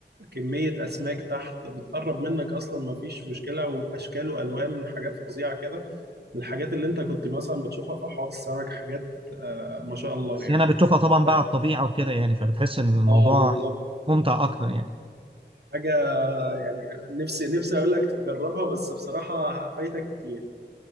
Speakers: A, on the right; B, on the right.
A: كميه اسماك تحت بتقرب منك اصلا ما فيش مشكله واشكال والوان حاجات فظيعه كده من الحاجات اللي انت كنت مثلا بتشوفها في احواض السمك حاجات آه، ما شاء الله
B: بس
A: يعني
B: هنا بتشوفها طبعا بقى
A: آه،
B: على الطبيعه وكده يعني فبتحس ان الموضوع
A: اه بالظبط
B: ممتع اكتر يعني
A: حاجة يعني نفسي نفسي اقول لك تجربها بس بصراحه فايتك كتير